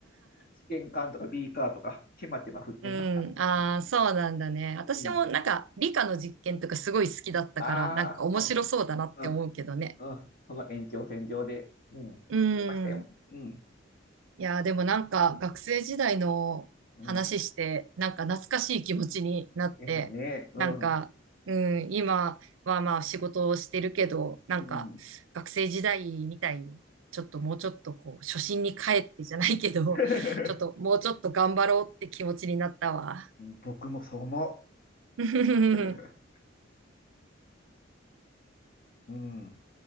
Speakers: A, on the left (about 50°); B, on the right (about 80°).
A: 試験管とかビーカーとか、ちまちま振ってました。
B: うん、ああ、
A: うん。
B: そうなんだね。私もなんか理科の実験とかすごい好きだったから、
A: うんああま
B: なんか面白そうだなって思うけどね。
A: あうん、うん、うん。その延長線上で、うん、
B: う
A: やってましたよ。
B: ん。
A: うん、
B: いやー、でもなんか学生時代の話して、
A: うん。うん
B: なんか懐かしい気持ちになって、
A: ですね。うん、
B: なんか、
A: う
B: うん、今はまあ仕事をしてるけど、なんか学生時代みたいに、
A: ん。
B: ちょっともうちょっとこう、初心に帰ってじゃないけど、
A: <laughs>
B: ちょっともうちょっと頑張ろうって気持ちになったわ。
A: うん僕もそう思
B: <laughs>
A: う。<laughs> うん。